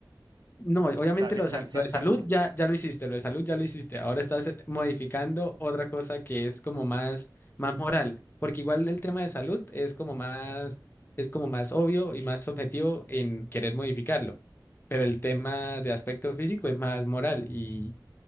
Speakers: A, on the left (about 30°); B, on the right (about 70°).
A: No, obviamente
B: sea, se,
A: lo de,
B: se-
A: sal-
B: se-
A: lo de salud
B: se-
A: ya, ya lo hiciste, lo de salud ya lo hiciste. Ahora estás eh, modificando otra cosa que es como más, más moral, porque igual el tema de salud es como más, es como más obvio y más objetivo en querer modificarlo. Pero el tema de aspecto físico es más moral y,